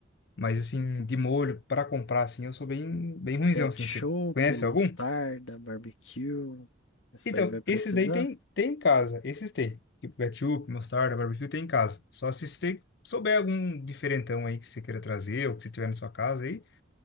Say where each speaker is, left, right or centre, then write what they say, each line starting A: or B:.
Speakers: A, on the left; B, on the left.
A: Mas, assim, de molho, pra comprar, assim, eu sou bem, bem ruinzão,
B: Ketchup,
A: assim. Você conhece
B: mostarda,
A: algum?
B: barbecue. Isso
A: Então,
B: aí vai precisar?
A: esses daí tem, tem em casa. Esses tem. Tipo, ketchup, mostarda, barbecue tem em casa. Só se você souber algum diferentão aí que você queira trazer ou que você tiver na sua casa aí.